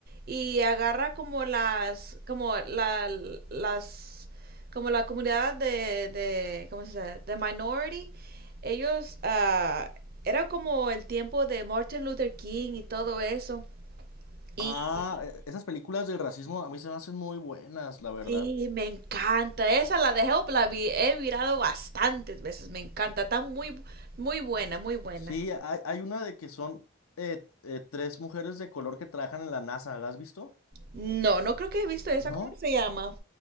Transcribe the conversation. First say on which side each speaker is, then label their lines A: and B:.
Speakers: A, on the right; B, on the left.
A: y agarra como las, como la, las, como la comunidad de, de ¿cómo se dice? De minority. Ellos, ah, era como el tiempo de Martin Luther King y todo eso. Y
B: Ah, e- esas películas del racismo a mí se me hacen muy buenas, la verdad.
A: sí, me encanta. Esa la de Help la vi- he mirado bastantes veces. Me encanta. Está muy, muy buena, muy buena.
B: Sí, hay, hay una de que son eh, eh, tres mujeres de color que trabajan en la NASA, ¿la has visto?
A: No, no creo que he visto esa.
B: ¿No?
A: ¿Cómo se llama?